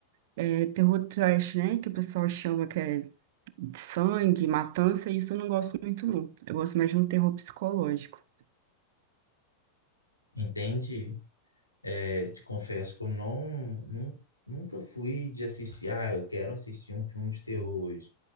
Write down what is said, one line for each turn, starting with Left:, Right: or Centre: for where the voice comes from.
Right: é, terror trash, né? Que o pessoal chama que é de sangue, matança. Isso eu não gosto muito, não. Eu gosto mais de um terror psicológico.
Left: Entende? É, te confesso que eu não, nun- nunca fui de assistir, ah, eu quero assistir um filme de terror hoje.